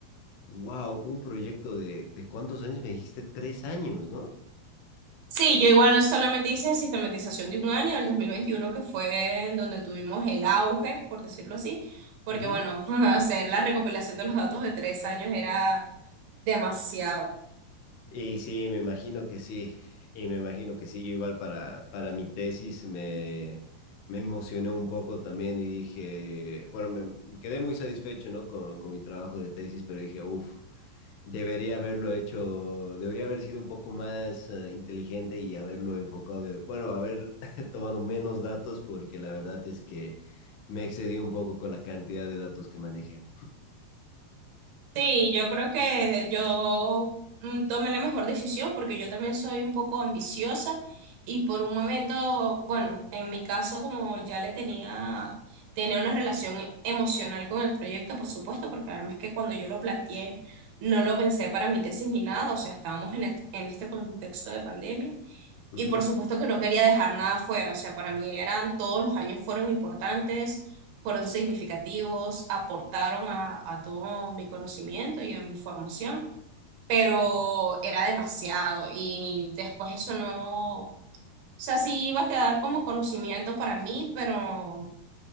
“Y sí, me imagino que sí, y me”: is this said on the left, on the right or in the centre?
Left